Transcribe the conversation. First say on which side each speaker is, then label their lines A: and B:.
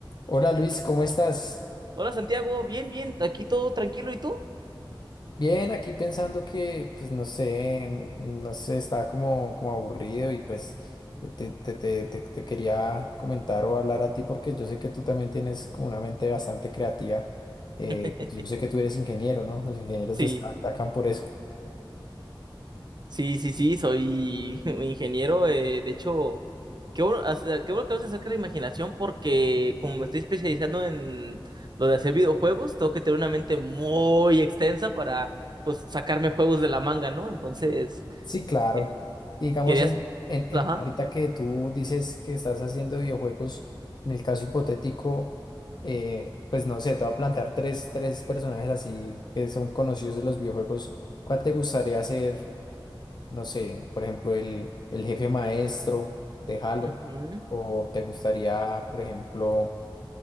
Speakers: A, on the left; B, on the right.
A: Hola Luis, ¿cómo estás?
B: Hola Santiago, bien, bien, aquí todo tranquilo, ¿y tú?
A: Bien, aquí pensando que, pues no sé, mm, no sé, estaba como, como aburrido y pues te, te, te, te- te quería comentar o hablar a ti porque yo sé que tú también tienes como una mente bastante creativa.
B: <laughs>
A: Eh, pues yo sé que tú eres ingeniero, ¿no? Los ingenieros
B: Sí,
A: destacan por eso.
B: sí, sí, sí, soy <laughs> ingeniero, eh, de hecho, qué bueno, hasta- qué bueno que hablas acerca de la imaginación porque como me estoy especializando en lo de hacer videojuegos, tengo que tener una mente muy extensa para, pues, sacarme juegos de la manga, ¿no? Entonces,
A: Sí, claro.
B: eh,
A: Y Digamos,
B: querías,
A: en, en, en-
B: ajá,
A: ahorita que tú dices que estás haciendo videojuegos, en el caso hipotético, eh, pues no sé, te voy a plantear tres, tres personajes así que son conocidos de los videojuegos. ¿Cuál te gustaría ser? No sé, por ejemplo, el, el jefe maestro de Halo.
B: ujú,
A: ¿O te gustaría, por ejemplo,